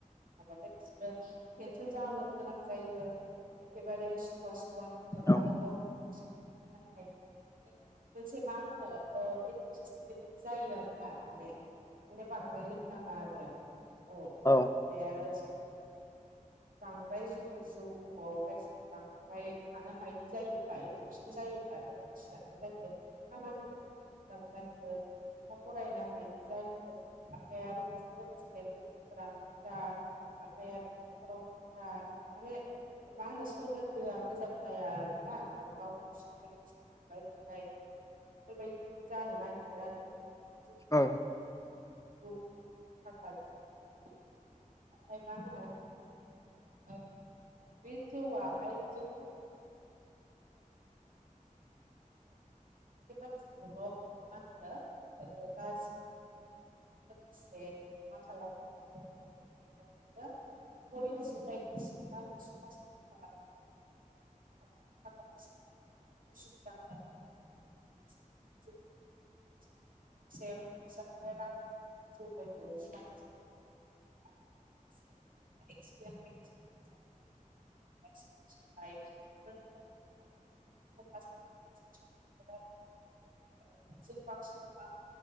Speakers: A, on the right; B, on the left.
A: हाबाथाय सिबो टेनसन जाहानो गोनां जायो एखेबारे सुखुवा सुखुवा मोनो
B: औ
A: आरो गावनो <unintelligible> हायो मोनसे मा होनो इडुकेसम बेबायदि जायो आरोना माने बेनो बांद्राय लोंनाङा आरो औ ओमफ्राय
B: औ
A: आरो
B: <inaudible>
A: बांद्राय जुदि जौ आवहाय जुदि बांद्राय थानो हायै जायोबा एडुकसन जायो जायोबथाय' मानसिया मा जायो खामानि गोब्राब जायो लेखा फरायनो हायि जायो आमफ्राय आरो बिजों लोगोसे फोरानो जा ओमफ्राय आरो न'खरावनो जा माने मा होनो सोमोन्दोआ मोजां जाया आरोना दावराव दावसि बायदिसिना बुलाय सोलाय बेफोरबायदि जानो नागिरो आरो जौ
B: औ
A: <unintelligible> ओमफ्राय मा होनो ओ बे जौआहाय <unintelligible> सासे मानसिखौल' मा होनो ओ गाज्रि लोगोसे <unintelligible> <unintelligible> <unintelligible> <inaudible> <unintelligible> <unintelligible> <unintelligible> <unintelligible> जों बांसिन नुवा